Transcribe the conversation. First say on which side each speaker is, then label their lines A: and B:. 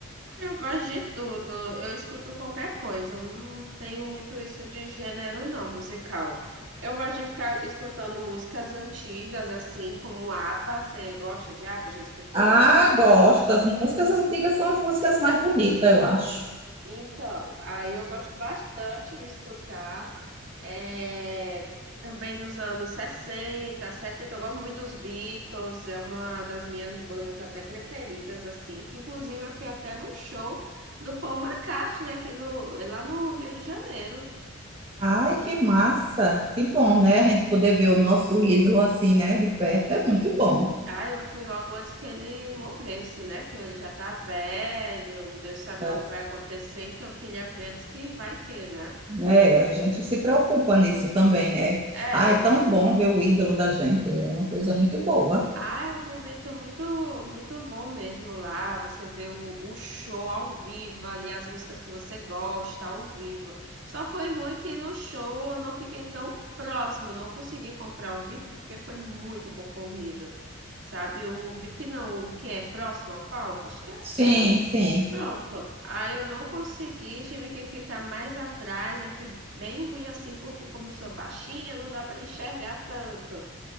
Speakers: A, on the right; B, on the right.
A: Ah, Eu gosto de tudo, eu escuto qualquer coisa. Eu Não tenho muito isso de gênero, não, musical. Eu gosto de ficar escutando músicas antigas, assim, como ABBA. Você gosta de ABBA? Já escutou?
B: Ah, gosto. As músicas antigas são as músicas mais bonitas, eu acho.
A: Então, aí eu gosto bastante de escutar. É, também dos anos 60, 70, eu gosto muito dos Beatles, é uma das minhas bandas até preferidas, assim, que inclusive eu fui até no show do Paul McCartney aqui no, lá no Rio de Janeiro.
B: Ai, que massa. Que bom, né? A gente poder ver o nosso ídolo assim, né, de perto é muito bom.
A: Ah, eu fui logo antes que ele morresse, né? Que ele já tá velho, Deus sabe
B: tá?
A: lá o que vai acontecer, então eu queria ver antes que vai que, né?
B: Né? A gente se preocupa nisso também, né?
A: É,
B: Ah, é tão bom ver o ídolo da gente, é uma coisa muito boa.
A: Ah, é um momento muito, muito bom mesmo lá. Você vê o, o show ao vivo ali, as músicas que você gosta ao vivo. Só foi ruim que no show eu não fiquei tão próximo, eu não consegui comprar o VIP porque foi muito concorrido. Sabe, o VIP não, o que é próximo ao palco, acho que é,
B: Sim,
A: é o.
B: sim.
A: Pronto. Aí eu não consegui, tive que ficar mais atrás, aí foi bem ruim assim, porque como eu sou baixinha, não dá para enxergar tanto.